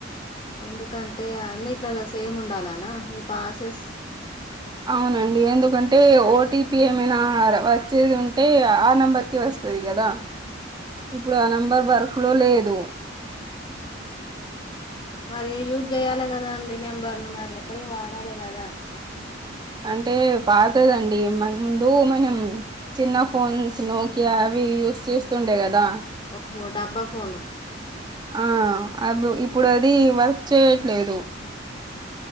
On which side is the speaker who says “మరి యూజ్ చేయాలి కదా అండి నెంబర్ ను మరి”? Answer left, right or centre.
Left